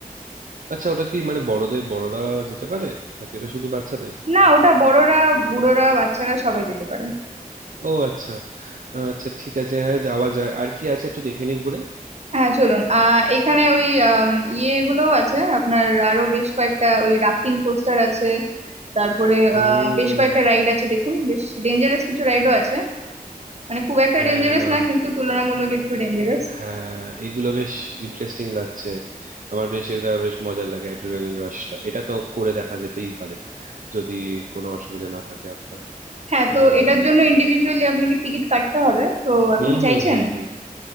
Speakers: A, on the right; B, on the right.
A: আচ্ছা ওটা কি মানে বড়দের বড়রা যেতে পারে নাকি ওটা শুধু বাচ্চাদের
B: না
A: নাকি
B: ওটা বড়রা বুড়োরা বাচ্চারা সবাই যেতে পারে
A: ও আচ্ছা আচ্ছা ঠিক আছে হ্যাঁ যাওয়া যায় আর কি আছে একটু দেখে নি ঘুরে
B: হ্যাঁ চলুন আহ এখানে ওই আম, ইয়েগুলো আছে আপনার আরো বেশ কয়েকটা ওই রাফটিং কোস্টার আছে তারপরে
A: হুম
B: আহ, বেশ কয়েকটা রাইড আছে দেখুন বেশ ডেঞ্জারাস কিছু রাইডও আছে মানে খুব একটা
A: হ্যাঁ
B: ডেঞ্জারাস
A: না
B: না কিন্তু তুলনামূলক একটু ডেঞ্জারাস
A: হ্যাঁ এগুলো বেশ ইন্টারেস্টিং লাগছে আমার বেশ এটা বেশ মজার লাগে অ্যাড্রিনালিন রাশটা এটা তো করে দেখা যেতেই পারে যদি কোনো অসুবিধা না থাকে আপনার
B: হ্যাঁ তো
A: আম,
B: এটার জন্য ইন্ডিভিজুয়ালি আপনাকে টিকিট কাটতে হবে তো আপনি
A: হুম
B: কি
A: হুম
B: চাইছেন
A: হুম হুম